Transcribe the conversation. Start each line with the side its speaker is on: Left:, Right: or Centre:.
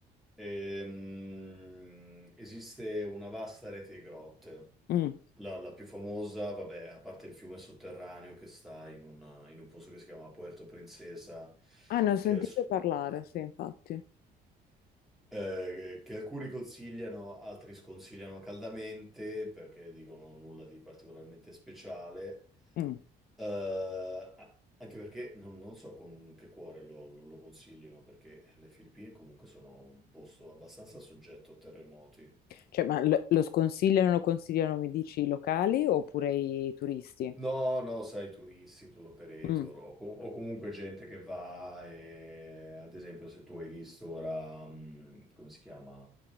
Centre: Ehm, esiste una vasta rete di grotte.
Left: Mm.
Centre: La, la più famosa, vabbè, a parte il fiume sotterraneo che sta in, una- in un posto che si chiama Puerto Princesa,
Left: Ah, ne ho sentito
Centre: che è il,
Left: parlare, sì, infatti.
Centre: eh, che alcuni consigliano, altri sconsigliano caldamente perché dicono nulla di particolarmente speciale,
Left: Mm.
Centre: Eh, a- anche perché non, non so con che cuore lo, lo- lo consigliano, perché le Filippine comunque sono un posto abbastanza soggetto a terremoti.
Left: Cioè, ma lo lo sconsigliano, lo consigliano, mi dici, i locali oppure i turisti?
Centre: No, no, sai, turisti, tour operator
Left: Mm,
Centre: o, com- o comunque gente che va e, ad esempio, se tu hai visto ora, mm, come si chiama?